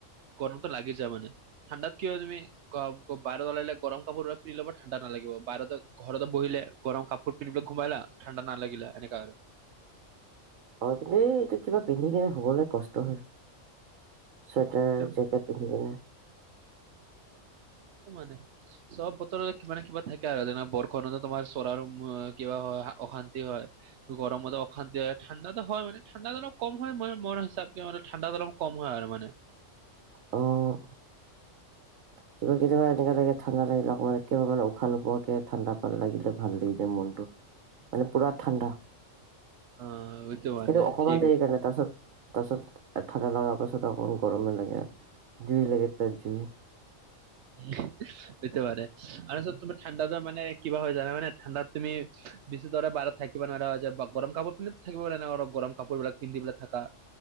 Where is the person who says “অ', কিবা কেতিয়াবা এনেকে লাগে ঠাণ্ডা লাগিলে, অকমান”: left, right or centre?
Right